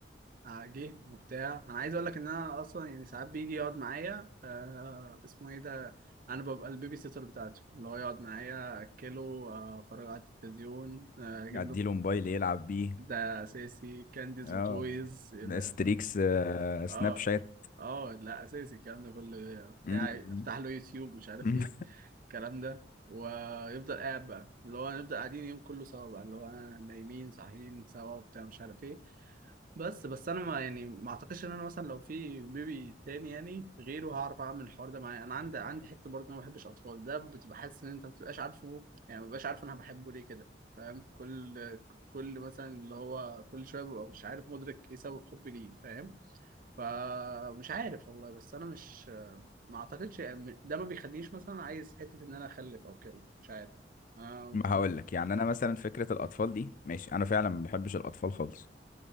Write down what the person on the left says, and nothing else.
اديله
موبايل يلعب بيه
اه
ستريكس آه، سناب
شات
م-
م.
<laughs>
ما هقول لك يعني انا مثلا فكره الاطفال دي ماشي انا فعلا ما بحبش الاطفال خالص